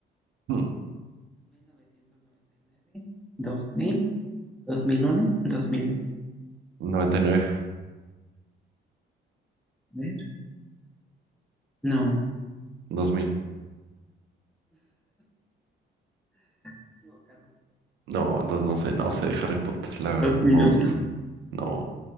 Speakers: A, on the right; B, in the centre.
A: Hmm,
B: 1999, 2000, 2001, 2002.
A: noventa y nueve,
B: A ver, no, me
A: dos mil,
B: he equivocado.
A: No, entonces no sé, no sé de Harry Potter, la verdad,
B: 2001.
A: no me gusta. No.